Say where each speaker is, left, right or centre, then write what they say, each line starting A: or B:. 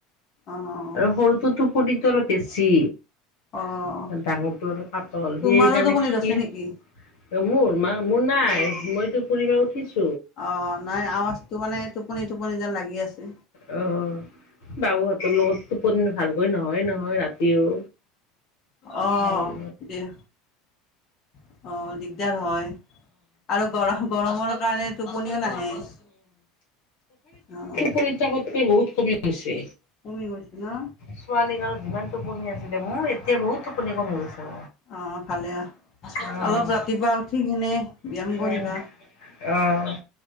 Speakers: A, on the left (about 45°); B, on the left (about 75°).
A: অঁ
B: আৰু সৰুটোৰ টোপনি অলপ বেছি।
A: অঁ
B: ডাঙৰটো অলপ পাতল,
A: তোমাৰো
B: সি সেই কাৰণে
A: টোপনি
B: ক্ষীণ।
A: ধৰিছে নেকি
B: মোৰ মা মোৰ নাই মইতো ফুৰি পেলাই উঠিছো।
A: অ' নাই আৱাজটো মানে টোপনি টোপনি যেন লাগি আছে।
B: অ' বাবুহঁতৰ লগত টোপনি ভালকৈ নহয়ে নহয় ৰাতিও?
A: অহ
B: অ',
A: দিয়া। অ', দিগদাৰ হয়। আৰু গৰ গৰমৰ কাৰণে টোপনিও নাহে। অ'।
B: <inaudible> কে বহুত কমি গৈছে।
A: কমি গৈছে না?
B: ছোৱালী কালত যিমান টোপনি আছিলে মোৰ, এতিয়া বহুত টোপনি কমি গৈছে।
A: অ', ভালে,
B: অ',
A: অলপ ৰাতিপুৱা উঠি কিনে ব্যায়াম কৰিবা।
B: উম,
A: <inaudible>
B: অ'।